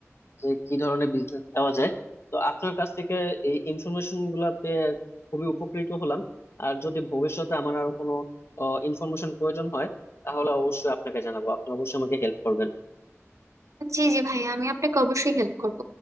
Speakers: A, on the left; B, on the right.
A: যে কি ধরনের বিজনেস পাওয়া যায় তো আপনার কাছ থেকে এই ইনফরমেশন গুলা পেয়ে খুবই উপকৃত হলাম আর যদি ভবিষ্যতে আমার আরো কোনো ইনফরমেশন প্রয়োজন হয় তাহলে অবশ্যই আপনাকে জানাবো আপনি অবশ্যই আমাকে হেল্প করবেন
B: জি জি ভাইয়া আমি আপনাকে অবশ্যই হেল্প করব